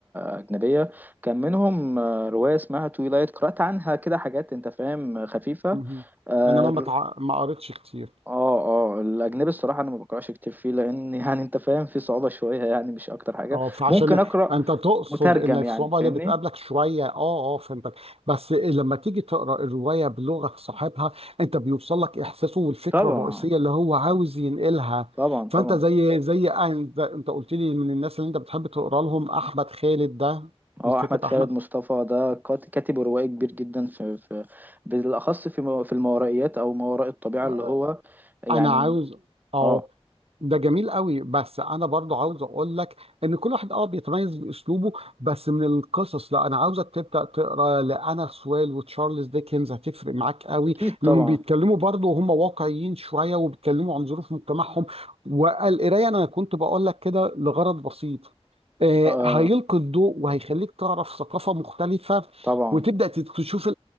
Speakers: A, on the right; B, on the right.
A: آه، أجنبية كان منهم آه، رواية اسمها تويلايت قرأت عنها كده حاجات أنت فاهم خفيفة
B: مهم.
A: اه
B: إنما ما تع... ما قريتش كتير
A: اه آه، الأجنبي الصراحة أنا ما بقرأش كتير فيه لأن <laughs> يعني أنت فاهم في صعوبة شوية يعني مش أكتر حاجة
B: اه فعشان
A: ممكن أقرأ
B: انت تقصد
A: مترجم
B: ان الصعوبه
A: يعني فاهمني
B: اللي بتقابلك شويه اه اه فهمتك بس لما تيجي تقرا الروايه بلغه صاحبها انت بيوصل لك احساسه والفكره
A: طبعا
B: الرئيسيه اللي هو عاوز ينقلها
A: طبعا
B: فانت
A: طبعا
B: زي زي انت انت قلت لي من الناس اللي انت بتحب تقرا لهم احمد خالد ده
A: هو
B: الكاتب
A: احمد خالد
B: احمد
A: مصطفى ده كات- كاتب روائي كبير جدا في, في بالاخص في مو- في الماورائيات او ما وراء الطبيعه
B: آه،
A: اللي هو يعني
B: انا عاوز اه
A: اه
B: ده جميل قوي بس انا برضو عاوز اقول لك ان كل واحد اه بيتميز باسلوبه بس من القصص لا انا عاوزك تبدا تقرا لانا سويل وتشارلز ديكنز هتفرق معاك قوي
A: اكيد
B: لانهم
A: طبعا
B: بيتكلموا برضو وهم واقعيين شويه وبيتكلموا عن ظروف مجتمعهم والقرايه انا كنت بقول لك كده لغرض بسيط آه،
A: آه
B: هيلقي الضوء وهيخليك تعرف ثقافه مختلفه
A: طبعا
B: وتبدا تشوف